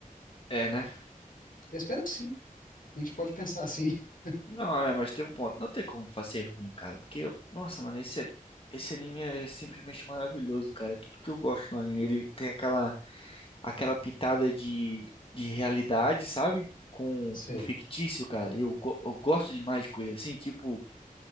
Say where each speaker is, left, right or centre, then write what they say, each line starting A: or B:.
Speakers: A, on the left (about 40°); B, on the left (about 70°).
A: É, né?
B: Eu espero que sim. A gente pode pensar assim. <laughs>
A: Não, é, mas tem um ponto. Não tem como fazer ruim, cara. Porque, eu- nossa, mano, esse, esse anime é simplesmente maravilhoso, cara. É tudo que eu gosto no anime. Ele tem aquela aquela pitada de, de realidade, sabe? Com
B: Sei.
A: o fictício, cara. Eu, go- eu gosto demais de coisa assim, tipo,